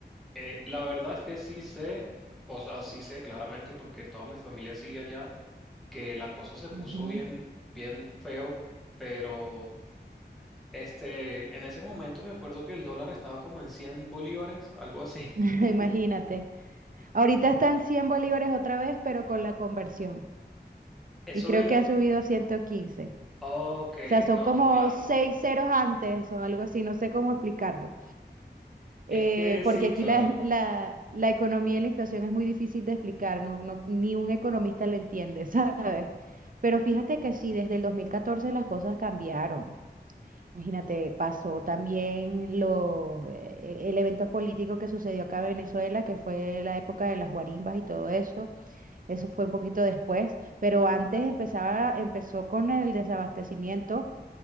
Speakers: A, in the centre; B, on the right.
A: Eh, la verdad es que sí sé, o sea, sí sé claramente porque toda mi familia sigue allá, que la cosa se puso
B: ujú.
A: bien, bien feo, pero... Este, en ese momento me acuerdo que el dólar estaba como en 100 bolívares, algo así.
B: <laughs>
A: <laughs>
B: Imagínate. Ahorita están 100 bolívares otra vez, pero con la conversión.
A: Eso
B: Y creo
A: viene.
B: que ha subido a 115.
A: Ok,
B: O sea, son
A: no,
B: como
A: claro.
B: seis ceros antes o algo así, no sé cómo explicarlo.
A: Es
B: eh,
A: que sí,
B: porque aquí
A: claro.
B: la, <laughs> la, la economía y la inflación es muy difícil de explicar, no, no- ni un economista lo entiende, <laughs> ¿sabes? Pero fíjate que sí, desde el 2014 las cosas cambiaron. Imagínate, pasó también lo, eh, el evento político que sucedió acá en Venezuela, que fue la época de las guarimbas y todo eso. Eso fue un poquito después, pero antes empezaba, empezó con el desabastecimiento